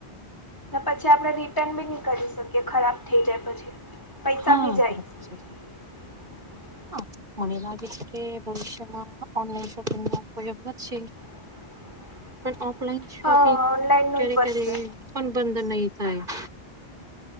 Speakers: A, on the left; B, on the right.
A: ને પછી આપડણે રિટર્ન બી નહી કરી શકીએ ખરાબ થઈ જાય પછી. પૈસા
B: હા
A: બી જાય
B: સર
A: <inaudible>
B: હ મને લાગે છે કે ભવિષ્યમાં અન સપ પ્રયો ભ છે
A: <inaudible>
B: પણ ઓફલાઈન શોપિંગ
A: હા ઓનલાઈનનું
B: ક્યારે
A: જ વધશે
B: ક્યારે પણ બંધ નહી થાય